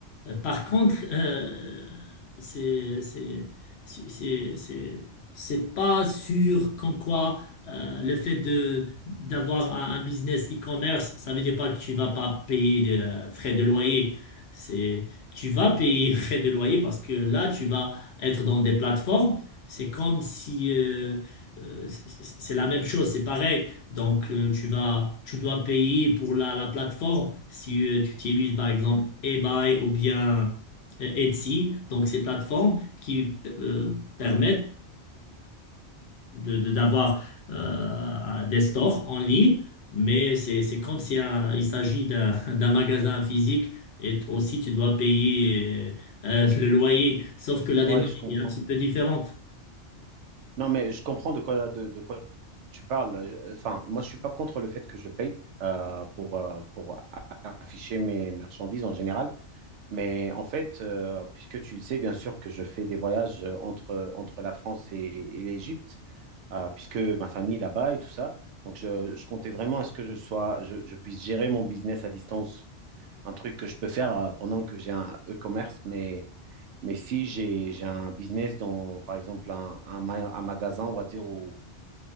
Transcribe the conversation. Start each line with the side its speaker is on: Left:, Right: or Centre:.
Left: Euh, par contre, euh, c'est c'est c'est c'est- c'est- c'est pas sûr comme quoi euh, le fait de d'avoir un, un business e-commerce, ça veut dire pas que tu vas pas payer de euh, frais de loyer. C'est tu vas payer <laughs> frais de loyer parce que là tu vas être dans des plateformes. C'est comme si euh, euh, c- c- c'est la même chose, c'est pareil. Donc euh, tu vas tu dois payer pour la, la plateforme si euh, tu utilises par exemple eBay ou bien euh, Etsy. Donc ces plateformes qui euh, permettent de, de- d'avoir euh, des stores en ligne, mais c'est, c'est comme si euh, il s'agit d'un, <laughs> d'un magasin physique et t- aussi tu dois payer euh, euh, le loyer, sauf que la démarche
Right: Ouais, je comprends.
Left: est un petit peu différente.
Right: Non, mais je comprends de quoi, de, de quoi tu parles. Euh, Enfin, moi, je suis pas contre le fait que je paye euh, pour, euh, pour a- afficher mes marchandises en général. Mais en fait, euh, puisque tu le sais, bien sûr que je fais des voyages euh, entre, entre la France et, et l'Égypte. euh, puisque ma famille est là-bas et tout ça. Donc, je, je comptais vraiment à ce que je sois, je, je puisse gérer mon business à distance, un truc que je peux faire euh, pendant que j'ai un e-commerce. Mais, mais si j'ai, j'ai un business dans, par exemple, un, un, ma- un magasin, on va dire, ou